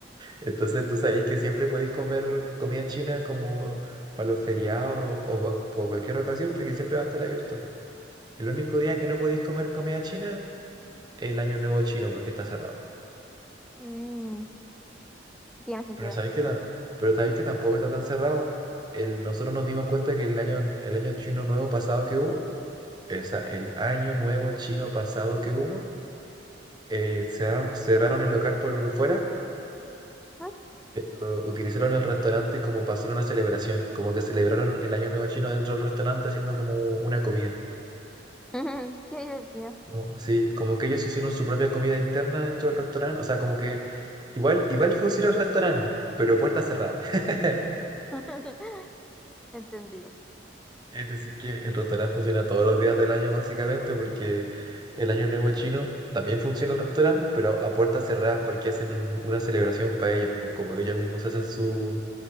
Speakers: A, on the right (about 25°); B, in the centre.
A: Y Entonces tú sabéis que siempre podéis comer comida china como para los feriados o pa- por cualquier ocasión porque siempre va a estar abierto. El único día que no podéis comer comida china es el Año Nuevo chino porque está cerrado.
B: Mm, tiene sentido.
A: Pero sabéis que, ta- pero sabéis que tampoco está tan cerrado. El, nosotros nos dimos cuenta que el año, el año chino nuevo pasado que hubo, o sea, el año nuevo chino pasado que hubo, eh, cerraron, cerraron el local por fuera
B: ¿no?
A: pero utilizaron el restaurante como para hacer una celebración, como que celebraron el Año Nuevo Chino dentro del restaurante haciendo como una comida.
B: <laughs> Qué divertido.
A: Como, sí, como que ellos hicieron su propia comida interna dentro del restaurante, o sea, como que igual, igual funciona el restaurante, pero puerta cerrada. <laughs>
B: <laughs> Entendible.
A: Es decir, que el restaurante funciona todos los días del año básicamente porque el Año Nuevo Chino también funciona el restaurante, pero a puertas cerradas porque hacen un- una celebración para ellos, pues como que ellos mismos hacen su,